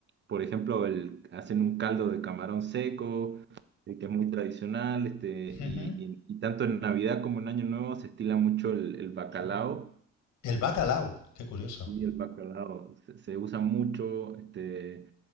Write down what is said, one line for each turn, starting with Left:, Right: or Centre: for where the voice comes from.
Right: por ejemplo, el, hacen un caldo de camarón seco, eh, que es muy tradicional. Este, y,
Left: <laughs>
Right: y- y tanto en Navidad como en Año Nuevo se estila mucho el, el bacalao.
Left: El bacalao, qué curioso.
Right: Y el bacalao se, se usa mucho. Este,